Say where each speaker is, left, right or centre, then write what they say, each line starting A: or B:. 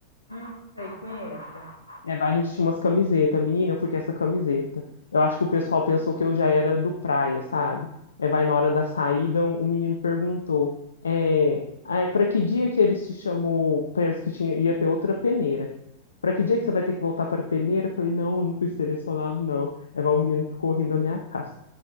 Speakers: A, on the left (about 80°); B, on the left (about 70°).
A: Hum, sei, conheço.
B: É, vai, a gente tinha umas camisetas. Menina, eu fui com essa camiseta. Eu acho que o pessoal pensou que eu já era do praia, sabe? É, vai na hora da saída, um- o menino perguntou: é, para que dia que eles te chamou? Para eles que tinha, ia ter outra peneira. Para que dia que você vai ter que voltar para peneira? Eu falei: não, eu não fui selecionado, não. É, vai, o menino ficou rindo da minha cara.